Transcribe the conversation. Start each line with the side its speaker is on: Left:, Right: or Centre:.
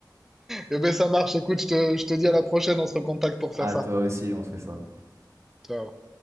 Centre: Eh ben, ça marche. Écoute, je te, je te dis à la prochaine. On se recontacte pour
Right: Ah,
Centre: faire ça.
Right: toi aussi, on fait ça.
Centre: Ciao.